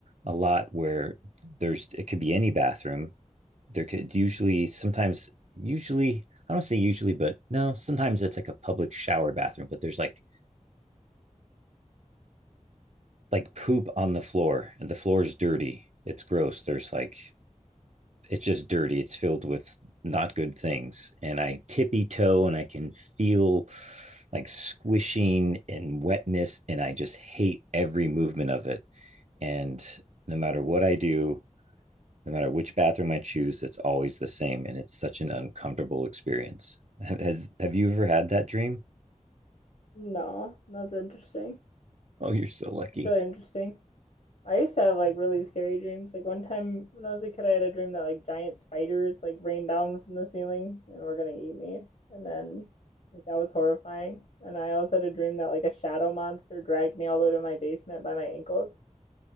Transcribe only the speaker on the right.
a lot where there's it could be any bathroom. There could usually sometimes usually I don't say usually, but no, sometimes it's like a public shower bathroom, but there's like like poop on the floor and the floor is dirty. It's gross. There's like it's just dirty. It's filled with not good things. And I tippy toe and I can feel like squishing and wetness. And I just hate every movement of it. And no matter what I do, no matter which bathroom I choose, it's always the same. And it's such an uncomfortable experience. Has, have you ever had that dream?
Oh, you're so lucky.